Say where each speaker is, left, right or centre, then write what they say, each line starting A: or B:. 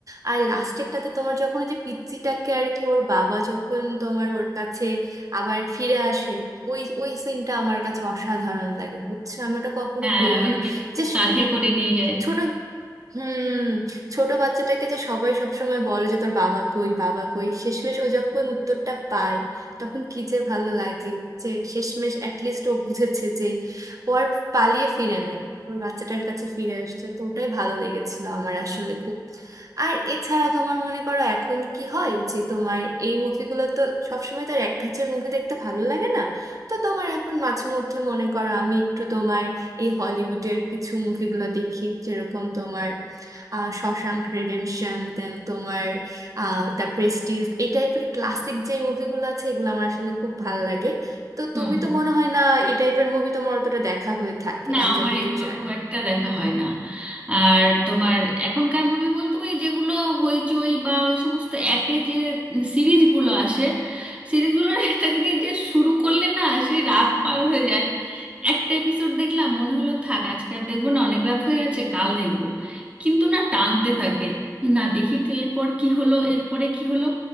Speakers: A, on the right; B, on the right.
A: আর লাস্টেরটাতে তোমার যখন ওই যে পিচ্চিটাকে আর কি ওর বাবা যখন তোমার ওর কাছে আবার ফিরে আসে ওই ওই সিনটা আমার কাছে অসাধারণ লাগে বুঝছো আমি ওটা কখনো
B: হ্যাঁ
A: ভুলবো
B: ওই
A: না
B: যে
A: যে
B: কাঁধে করে নিয়ে যায়
A: ছোট হুম ছোট বাচ্চাটাকে যে সবাই সবসময় বলে যে তোর বাবা কই বাবা কই শেষমেশ ও যখন উত্তরটা পায় তখন কি যে ভালো লাগে যে শেষমেশ অ্যাটলিস্ট ও বুঝেছে যে ও আর পালিয়ে ফিরে নাই ওর বাচ্চাটার কাছে ফিরে আসছে তো ওটাই ভালো লেগেছিল আমার আসলে খুব আর এছাড়া তোমার মনে করো এখন কি হয় যে তোমার এই মুভিগুলো তো সবসময় তার এক ধাঁচের মুভি দেখতে ভালো লাগে না তো তোমার এখন মাঝে মধ্যে মনে করো আমি একটু তোমার এই হলিউডের কিছু মুভিগুলো দেখি যেরকম তোমার আহ শশাঙ্ক রিডেমশন দেন তোমার আহ দ্য প্রেস্টিজ এই টাইপের ক্লাসিক যে মুভিগুলো আছে এগুলো আমার আসলে খুব ভাল লাগে তো
B: হুম
A: তুমি তো মনে হয় না এই টাইপের মুভি তোমার অতটা দেখা হয়ে থাকে
B: না
A: আমি
B: আমার
A: যতদূর
B: এগুলো
A: জানি
B: খুব একটা দেখা হয় না আর তোমার এখনকার মুভি বলতে ওই যেগুলো হইচই বা ওই সমস্ত অ্যাপে যে সিরিজগুলো আসে সিরিজগুলোর একটা জিনিস যে শুরু করলে না সেই রাত পার হয়ে যায় একটা এপিসোড দেখলাম মনে হলো থাক আজকে আর দেখবো না অনেক রাত হয়ে গেছে কাল দেখবো কিন্তু না টানতে থাকে না দেখি তো এরপর কি হলো এরপরে কি হলো